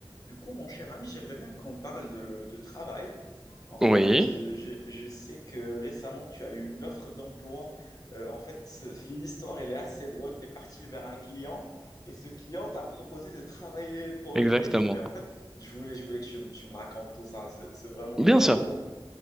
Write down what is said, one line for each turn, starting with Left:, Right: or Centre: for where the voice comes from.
Left: Du coup, mon cher ami, j'aimerais bien qu'on parle de, de travail. En fait,
Centre: Oui,
Left: euh, je, je sais que récemment, tu as eu une offre d'emploi. Euh, en fait, <laughs> l'histoire, elle est assez drôle. Tu es parti vers un client et ce client t'a proposé de travailler pour
Centre: exactement.
Left: lui. Et, je- et en fait, je voulais, je voulais que tu, me tu me racontes tout ça. C'est c'est vraiment
Centre: Bien
Left: trop
Centre: sûr,
Left: drôle.